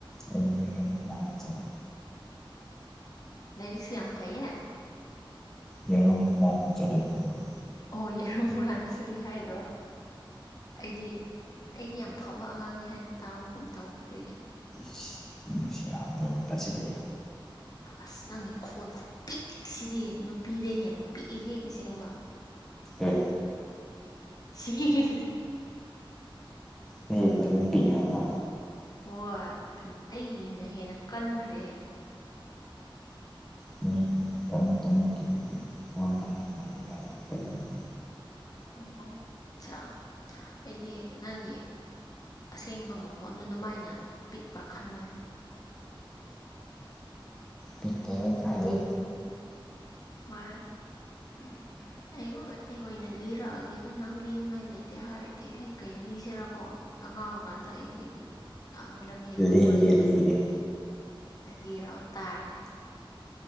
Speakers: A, in the centre; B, on the left (about 45°).
A: ꯑꯩꯅ ꯌꯦꯔꯨꯝ ꯍꯨꯔꯥꯜꯂꯥ ꯆꯠꯔꯦ
B: ꯂꯥꯏꯔꯤꯛꯁꯨ ꯌꯥꯝ ꯐꯩꯌꯦ
A: ꯌꯦꯔꯨꯝ ꯍꯨꯔꯥꯜꯂꯥ ꯆꯠꯔꯦ ꯍꯥꯏꯔꯒ
B: ꯑꯣ ꯌꯦꯔꯨꯝ ꯍꯨꯔꯥꯟꯕ ꯆꯠꯂꯤ ꯍꯥꯏꯔꯣ ꯑꯩꯗꯤ ꯑꯩꯗꯤ ꯌꯥꯝ ꯐꯕ ꯑꯉꯥꯡꯅꯤ ꯍꯥꯏꯅ ꯇꯥꯕꯒꯨꯝ ꯇꯧꯕ ꯑꯗꯨꯒꯤ
A: ꯁꯔ ꯁꯦꯔꯥꯟ ꯇꯨꯔꯥꯟ ꯇꯥꯁꯤꯜꯂꯛꯑꯦ
B: ꯑꯁ ꯅꯪꯒꯤ ꯈꯣꯟ ꯄꯤꯛꯁꯤꯗꯤ ꯅꯨꯄꯤꯗꯒꯤ ꯍꯦꯟꯅ ꯄꯤꯛꯏ ꯍꯦ ꯑꯁꯦꯡꯕ
A: ꯑꯦ
B: ꯁꯤꯁ
A: ꯃꯤꯒꯤ ꯈꯣꯟꯖꯦꯟ ꯄꯤꯛꯏ ꯍꯥꯏꯕ
B: ꯍꯣꯏ ꯑꯩꯒꯤꯅ ꯍꯦꯟꯅ ꯀꯟꯈ꯭ꯔꯦ
A: ꯃꯤ ꯂꯣꯏꯅ ꯇꯨꯝꯅꯈꯤꯕꯒꯤ ꯋꯥ ꯀꯟꯅ ꯉꯥꯡꯕ ꯌꯥꯗꯦ ꯀꯔꯤꯅꯣ
B: ꯑꯣ ꯑꯠꯁꯥ ꯑꯩꯗꯤ ꯅꯪꯒꯤ ꯑꯁꯦꯡꯕ ꯃꯈꯣꯟꯗꯣ ꯑꯗꯨꯃꯥꯏꯅ ꯄꯤꯛꯄ꯭ꯔꯥ ꯈꯟꯕꯅꯦ
A: ꯄꯤꯛꯇꯦ ꯀꯥꯏꯗꯩ
B: ꯋꯥꯏ ꯑꯩ ꯑꯣꯏ ꯑꯩ ꯑꯣꯏꯅ ꯂꯤꯔꯛꯑꯒꯦꯗ ꯅꯪ ꯂꯤꯅꯉꯥꯏ ꯂꯩꯇꯦ ꯍꯥꯏꯔꯗꯤ ꯑꯩ ꯀꯩ ꯂꯤꯁꯤꯔꯀꯣ ꯑꯉꯥꯡ ꯑꯣꯔ ꯀꯥꯟꯗ ꯑꯩꯒꯤ ꯌꯥꯝꯅ ꯂꯝꯍꯦꯟꯕ
A: ꯂꯤꯒꯦ
B: ꯋꯥꯔꯤ ꯀꯔꯤ
A: ꯂꯤꯒꯦ
B: ꯂꯤꯔꯛꯑꯣ ꯇꯥꯔꯒꯦ